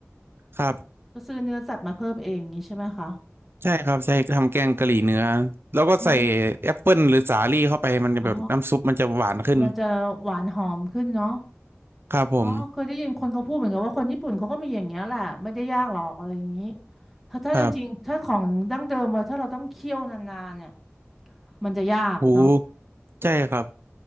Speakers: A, on the right; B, in the centre.
A: <laughs> ครับ
B: ก็ซื้อเนื้อสัตว์มาเพิ่มเองอย่างนี้ใช่ไหมคะ
A: ใช่ครับใช่ทำแกงกะหรี่เนื้อแล้วก็ใส่
B: อ๋อ
A: แอปเปิลหรือสาลี่เข้าไปมันจะแบบน้ำซุปมันจะหวานขึ้น
B: อ๋อมันจะหวานหอมขึ้นเนาะ
A: ครับผม
B: อ๋อเคยได้ยินคนเขาพูดเหมือนกันว่าคนญี่ปุ่นเขาก็มีอย่างเงี้ยแหละไม่ได้ยากหรอกอะไรอย่างนี้ถ้าถ้าจริงๆถ้าของดั้งเดิมอะถ้าเราต้องเคี่ยวนานๆเนี่ย
A: ครับ
B: มันจะยากเนาะ
A: หูใช่ครับ